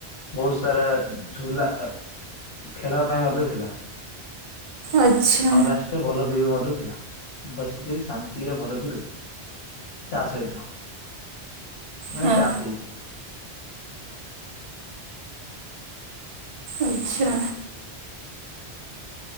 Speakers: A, on the left (about 70°); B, on the right (about 55°).
A: ବହୁତ ସାରା ଝୁଲା ଖେଳିବା ପାଇଁ ମଧ୍ୟ ଥିଲା।
B: ଆଚ୍ଛା
A: ଆଉ ଲାଷ୍ଟ ରେ ଭଲ। ବି ମଧ୍ୟ ଥିଲା ବସିକିରି ଶାନ୍ତିରେ ଭଲ ବି। ଚା ସହିତ। ମାନେ
B: ହଁ
A: ଚାହା ପିଇ ପିଇ।
B: ଆଛା।